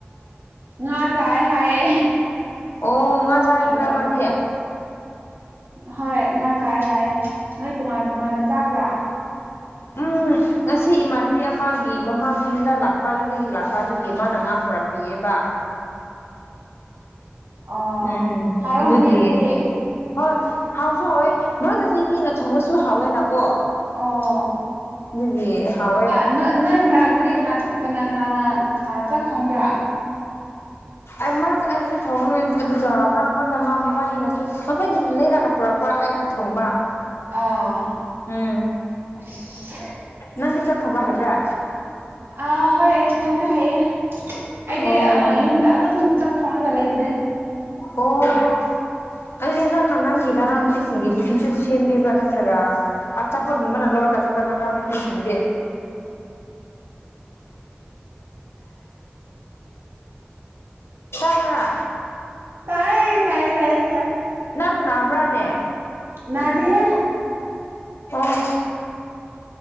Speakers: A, on the right; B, on the left.
A: ꯉꯥ ꯆꯥꯏ ꯍꯥꯏꯌꯦ <inaudible>
B: ꯑꯣ ꯉꯥ ꯆꯥꯏꯌꯦꯕ꯭ꯔꯥ
A: ꯑꯜꯂꯨ ꯑꯔꯖꯨꯟ
B: ꯃꯥꯗꯤ
A: ꯍꯣꯏ ꯉꯥ ꯆꯥꯏ ꯍꯥꯏ ꯅꯣꯏ ꯇꯣꯉꯥꯟ ꯇꯣꯉꯥꯟꯅ ꯆꯥꯕ꯭ꯔꯥ
B: ꯎꯝ ꯎꯝ ꯉꯁꯤ ꯏꯃꯥꯟꯅꯕꯤ ꯑꯃꯒꯤ ꯃꯃꯥꯗꯨ ꯌꯨꯝꯗ ꯂꯥꯛꯄ ꯌꯨꯝꯗꯒꯤ ꯂꯥꯛꯄ ꯑꯗꯨꯒꯤ ꯃꯥꯅ ꯉꯥ ꯄꯨꯔꯛꯄꯤꯌꯦꯕ
A: ꯑꯣ
B: ꯎꯝ
A: ꯍꯥꯎꯔꯝꯅꯤ
B: ꯑꯗꯨꯒꯤ
A: ꯑꯗꯨꯗꯤ
B: ꯍꯣꯏ ꯍꯥꯎꯁꯨ ꯍꯥꯎꯋꯦ ꯃꯥꯗꯨꯗꯤ ꯃꯤꯅ ꯊꯣꯡꯕꯁꯨ ꯍꯥꯎꯋꯦꯅꯀꯣ
A: ꯑꯣ
B: ꯑꯗꯨꯒꯤ ꯍꯥꯎꯋꯦ
A: ꯅꯣ ꯅꯣꯏ ꯃꯔꯛꯇꯗꯤ ꯀꯅꯥ ꯀꯅꯥ ꯀꯅꯥꯅ ꯑ ꯆꯥꯛ ꯊꯣꯡꯕ꯭ꯔꯥ
B: ꯑꯩ ꯃꯔꯛꯇ ꯑꯩꯅꯁꯨ ꯊꯣꯡꯉꯦ ꯑꯗꯨꯒ ꯃꯔꯛ ꯃꯔꯛꯇ ꯃꯕꯥꯅꯤꯅꯁꯨ ꯃꯕꯥꯅꯤꯅ ꯂꯩꯔꯒ ꯄꯨꯔꯛꯄ ꯑꯩꯅ ꯊꯣꯡꯕ
A: ꯑꯥ
B: ꯎꯝ
A: ꯑꯁ
B: ꯅꯪꯗꯤ ꯆꯥꯛ ꯊꯣꯡꯕ ꯍꯩꯕ꯭ꯔꯥ
A: ꯑ ꯍꯣꯏ ꯊꯣꯡꯕ ꯍꯩꯌꯦ ꯑꯩꯗꯤ
B: ꯑꯣ
A: ꯑ ꯌꯨꯝꯗ ꯑꯗꯨꯝ ꯆꯥꯛ ꯊꯣꯡꯂꯒ ꯂꯩꯕꯅꯦ
B: ꯑꯣ ꯑꯗꯨꯗꯤ ꯅꯪꯅ ꯅꯪꯒꯤ ꯅꯅꯥꯎ ꯅꯨꯄꯤ ꯁꯤꯡꯒꯤ ꯇꯤꯐꯤꯟꯁꯨ ꯁꯦꯝꯕꯤꯕ꯭ꯔꯥ ꯅꯠꯇ꯭ꯔꯒ ꯑꯆꯥꯄꯣꯠꯒꯨꯝꯕꯅ ꯂꯧꯔꯒ ꯆꯠꯄ꯭ꯔꯥ ꯅꯅꯥꯎ ꯅꯨꯄꯤꯁꯤꯡꯗꯤ ꯇꯥꯕ꯭ꯔꯥ
A: ꯇꯥꯏꯌꯦ ꯇꯥꯏꯌꯦ ꯇꯥꯏꯌꯦ ꯇꯥꯏꯌꯦ
B: ꯅꯪ ꯅꯥꯕ꯭ꯔꯥꯅꯦ
A: ꯅꯥꯗꯦꯍꯦ
B: ꯑꯣ